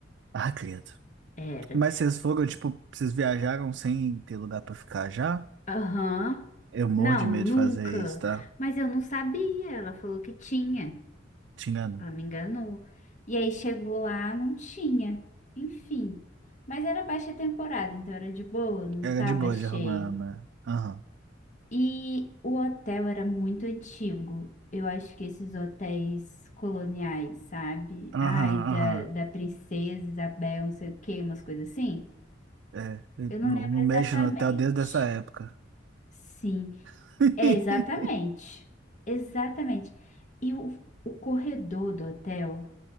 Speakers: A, on the right; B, on the left.
A: ah, credo.
B: Era.
A: Mas vocês foram, tipo, vocês viajaram sem ter lugar pra ficar já?
B: Aham.
A: Eu morro
B: Não,
A: de medo
B: nunca.
A: de fazer isso, tá?
B: Mas eu não sabia. Ela falou que tinha.
A: Te engano.
B: Ela me enganou. E aí chegou lá, não tinha. Enfim. Mas era baixa temporada, então era de boa, não
A: Era
B: tava
A: de boa
B: cheio.
A: de arrumar, né? Aham.
B: E o hotel era muito antigo. Eu acho que esses hotéis coloniais, sabe?
A: Aham,
B: Ai, da,
A: aham.
B: da Princesa Isabel, não sei o quê, umas coisas assim.
A: É, eu
B: Eu não
A: não
B: lembro
A: não
B: exatamente.
A: mexo no hotel desde essa época.
B: Sim,
A: <laughs>
B: é exatamente. Exatamente. E o, o corredor do hotel,